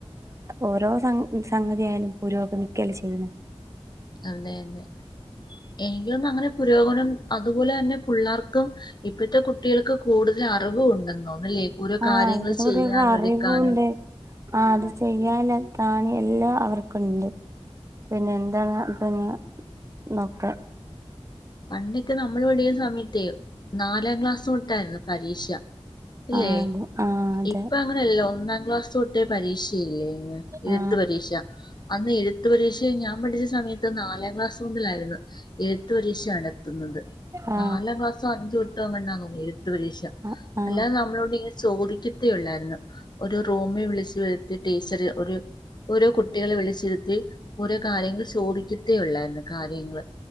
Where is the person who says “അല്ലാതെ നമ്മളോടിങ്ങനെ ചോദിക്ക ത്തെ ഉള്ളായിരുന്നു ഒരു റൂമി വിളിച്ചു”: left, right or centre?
Left